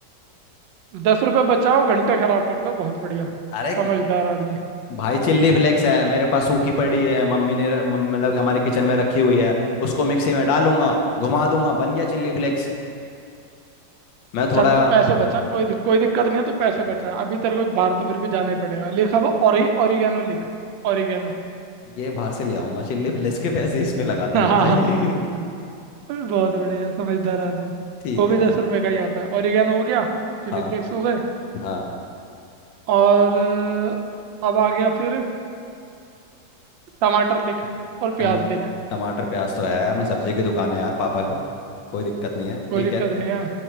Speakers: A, on the right (about 80°); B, on the left (about 75°).
A: दस रुपए बचाओ घंटे खराब कर दो बहुत बढ़िया
B: अरे
A: समझदार आदमी
B: भाई चिल्ली फ्लेक्स है मेरे पास सूखी पड़ी है मम्मी ने मम- मतलब कि हमारे किचन में रखी हुई है उसको मिक्सी में डालूंगा घुमा दूंगा बन गया चिल्ली फ्लेक्स मैं थोड़ा
A: चल तू पैसे बचा कोई दिक, कोई दिक्कत नहीं है तू पैसे बचा अभी तेरे को बाहर तो फिर भी जाना ही पड़ेगा लिख अब ओरि ओरिगेनो लिख ओरिगेनो
B: ये बाहर से ले आऊंगा चिल्ली फ्लेक्स के पैसे इसमें लगा
A: हाँ
B: दूंगा भाई
A: <laughs> बहुत बढ़िया समझदार आदमी
B: <laughs> ठीक
A: वो भी
B: है
A: दस रुपए का ही आता है ओरिगेनो हो गया चिली
B: हाँ
A: फ्लेक्स हो गए
B: हाँ
A: और अ, अब आ गया फिर टमाटर लिख और
B: टम
A: प्याज लिख
B: टमाटर प्याज तो है अपनी सब्जी की दुकान है यार पापा की कोई दिक्कत नहीं है
A: कोई
B: ठीक
A: दिक्कत
B: है
A: नहीं है